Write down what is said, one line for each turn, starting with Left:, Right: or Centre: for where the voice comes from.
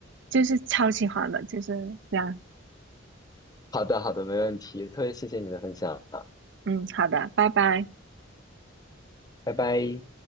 Right: 就是超喜欢的，就是这样。
Left: 好的，好的，没问题，特别谢谢你的分享啊，
Right: 嗯，好的，拜拜。
Left: 拜拜。